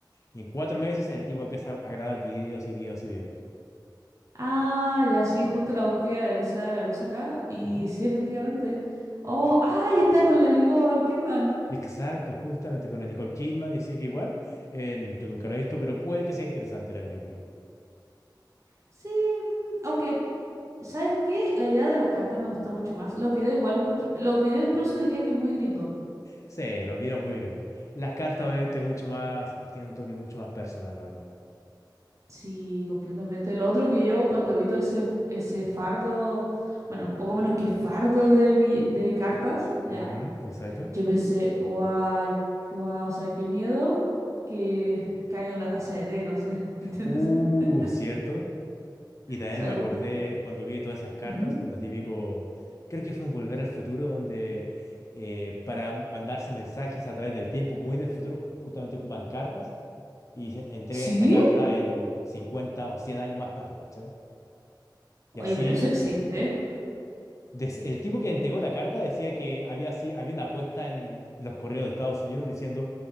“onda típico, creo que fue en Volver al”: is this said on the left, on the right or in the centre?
Left